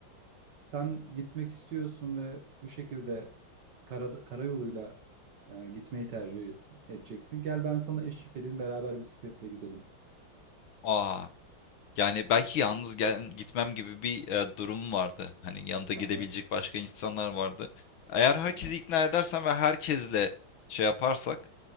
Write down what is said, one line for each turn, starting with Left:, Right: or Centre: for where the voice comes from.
Right: sen gitmek istiyorsun ve bu şekilde kara, karayoluyla e, gitmeyi tercih es- edeceksin. Gel ben sana eşlik edeyim beraber bisikletle gidelim.
Left: Aa, Yani, belki yalnız gel gitmem gibi bir, eee, durumum vardı. Hani, yanında gidebilecek
Right: Aha,
Left: başka insanlar vardı. Eğer herkesi
Right: aha,
Left: ikna edersem ve herkesle şey yaparsak,